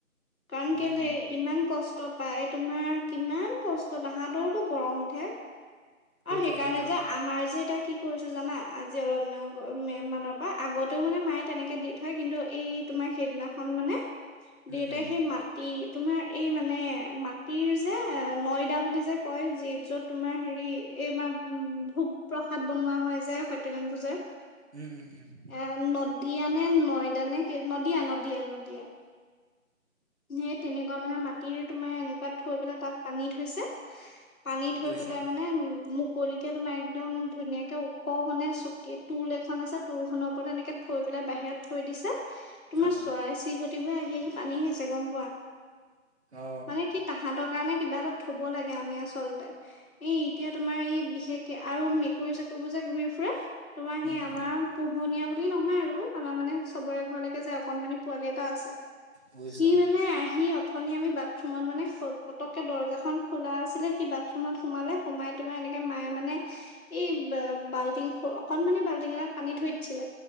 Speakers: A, on the left; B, on the right.
A: কাৰণ কেলে,
B: উম
A: ইমান কষ্ট পায়। তোমাৰ কিমান কষ্ট, তাহাঁতৰটো গৰম উঠে। আৰু
B: সেইটোৱে
A: সেইকাৰণে
B: সেইটো
A: যে আমাৰ যে এতিয়া কি কৰিছো জানা, আজি অলপ দিনৰ <unintelligible> মানত আগতেও মানে মায়ে তেনেকে দি থয়, কিন্তু এই তোমাৰ সেইদিনাখন মানে দেউতাই
B: উম উম
A: সেই মাত তি তোমাৰ এই মানে, মাটিৰ যে নয়দা বুলি যে কয়। যি- য'ত তোমাৰ হেৰি, এইমাৰ ভোগ-প্ৰসাদ বনোৱা হয় যে সত্যনাৰায়ণ পূজাৰ।
B: উম, উম, উম।
A: এ, নদিয়া নে নয়দা নে কি। নদিয়া, নদীয়া, নদীয়া। সেই তেনেকুৱা মানে মাটিৰ তোমাৰ এনেকুৱাত থৈ পেলাই, তাত পানী থৈছে। পানী থৈ
B: বুজিছো
A: পেলাই মানে, মুকলিকে তোমাৰ একদম ধুনীয়াকে ওখ মানে চ কি টোল এখন আছে। টোলখনৰ ওপৰত এনেকে থৈ পেলাই বাহিৰত থৈ দিছে। তোমাৰ
B: অ অ
A: চৰাই চিকটিবোৰে আহি আহি পানী খাইছে, গম পোৱা।
B: অ
A: মানে কি তাহাঁতৰ কাৰণে কিবা এটা থ'ব লাগে, আমি আচলতে। এই এতিয়া তোমাৰ এই বিশেষকে, আৰু মেকুৰী চেকুৰীবোৰ যে ঘূৰি ফুৰে। তোমাৰ
B: উম
A: সেই আমাৰ
B: উম
A: পোহনীয়া বুলি নহয় আৰু। আমাৰ মানে চবৰে ঘৰলৈকে যায়, অকনমানি পোৱালি এটা আছে।
B: বুজিছো
A: সি মানে আহি, অথনি আমি বাথৰুমত মানে পতককে দৰ্জাখন খোলা আছিলে কি বাথৰুমত সোমালে। সোমাই তোমাৰ এনেকে মায়ে মানে এই বাল্টিং, অকনমানে বাল্টিং এটাক পানী থৈ দিছিলে।